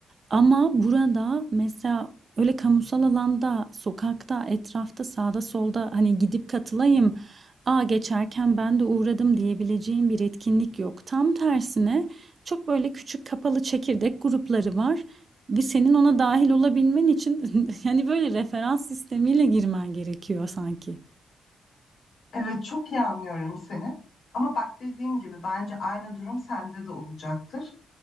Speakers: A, on the right; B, on the left.
A: ama burada mesela öyle kamusal alanda, sokakta, etrafta, sağda solda hani gidip katılayım, aa geçerken ben de uğradım diyebileceğim bir etkinlik yok. Tam tersine çok böyle küçük kapalı çekirdek grupları var ve senin ona dahil olabilmen için <laughs> yani böyle referans sistemiyle girmen gerekiyor sanki.
B: Evet çok iyi anlıyorum seni. Ama bak dediğim gibi bence aynı durum sende de olacaktır.